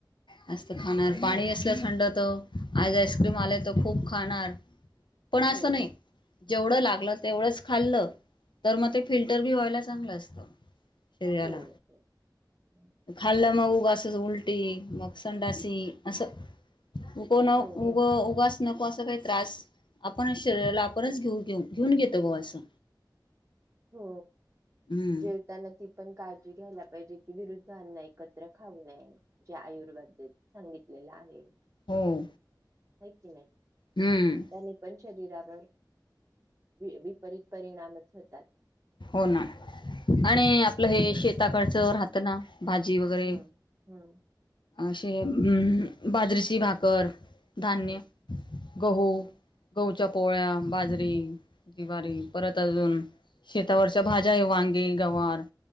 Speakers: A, on the left; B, on the right.
A: जास्त खाणार
B: हम्म
A: पाणी असलं थंड आज आईस्क्रीम आलाय तर खूप <inaudible> पण असं
B: हो
A: नाय जेवढं लागलं तेवढंच खाल्ल तर मग ते फिल्टर बी व्हायला चांगलं असतं शरीराला
B: हो हो
A: खाल्ला मंग वासज उलटी मग संडासी असं ऊब ना
B: हो
A: ऊब उबास नको अस तो काही त्रास आपणच शरीराला आपणच घेऊ घेऊ घेऊन घेतो बुवा असं
B: हो
A: हम्म
B: जेवताना ती पण काळजी घ्यायला पाहिजे की विरुद्धांना एकत्र खाऊ नये जे आयुर्वेदेत सांगितलेलं आहे
A: ह्म्म
B: हाय की नाही
A: हम्म
B: त्याने पण शरीरावर वि विपरीत परिणामच होतात
A: हो ना आणि आपलं हे शेता कडचं राहतं ना भाजी वगैरे
B: हम्म हम्म
A: अशे ह्म्म बाजरीची भाकर धान्य
B: हम्म
A: गहू गहूच्या पोळ्या बाजरी जिवारी परत अजून शेतावरच्या भाज्या आहे वांग गे गवार